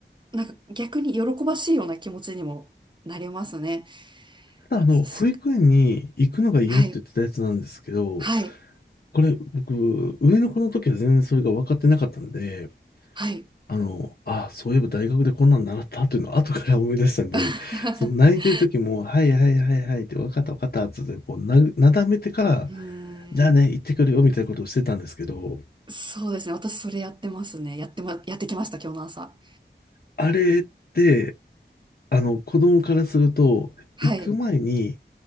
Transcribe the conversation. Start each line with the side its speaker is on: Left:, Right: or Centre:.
Right: う、なんか逆に喜ばしいような気持ちにもなりますね。
Left: ただ、あの、
Right: すす
Left: 保育園に行くのが嫌って言ってたやつなんですけど、
Right: はい、はい、
Left: これ、僕、上の子の時は全然それが分かってなかったんで、
Right: はい。
Left: あの、あ、そういえば大学でこんなの習ったっていうのを後から思い出したんで、
Right: <laughs>
Left: その泣いてる時も、はいはいはいはいって、わかったわかったっつって、こうな、なだめてから、
Right: うーん、
Left: じゃあね、行ってくるよみたいなことをしてたんですけど、
Right: そうですね。私それやってますね。やってま、やってきました、今日の朝。
Left: あれって、あの、子供からすると、
Right: はい。
Left: 行く前に